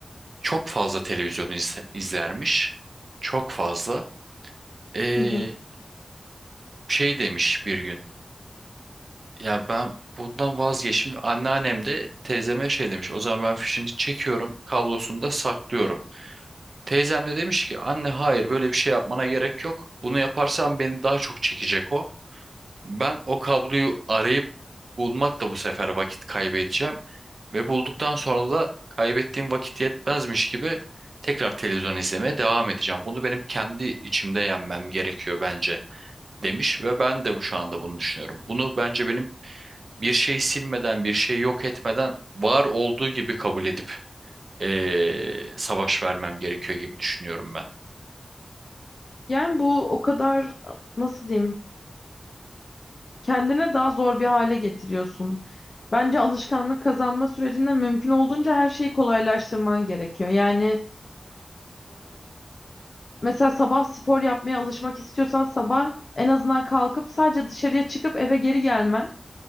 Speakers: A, on the right; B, on the left.
A: Çok fazla televizyon izle- izlermiş. Çok fazla. E,
B: Hı hı.
A: şey demiş bir gün. Ya ben Bundan vazgeçmiş. Anneannem de teyzeme şey demiş. O zaman ben fişini çekiyorum, kablosunu da saklıyorum. Teyzem de demiş ki anne hayır böyle bir şey yapmana gerek yok. Bunu yaparsan beni daha çok çekecek o. Ben o kabloyu arayıp bulmakla bu sefer vakit kaybedeceğim. Ve bulduktan sonra da kaybettiğim vakit yetmezmiş gibi tekrar televizyon izlemeye devam edeceğim. Bunu benim kendi içimde yenmem gerekiyor bence demiş ve ben de şu anda bunu düşünüyorum. Bunu bence benim bir şeyi silmeden, bir şeyi yok etmeden var olduğu gibi kabul edip eee, savaş vermem gerekiyor gibi düşünüyorum ben.
B: Yani bu o kadar nasıl diyeyim kendine daha zor bir hale getiriyorsun. Bence alışkanlık kazanma sürecinde mümkün olduğunca her şeyi kolaylaştırman gerekiyor. Yani Mesela sabah spor yapmaya alışmak istiyorsan sabah en azından kalkıp sadece dışarıya çıkıp eve geri gelmen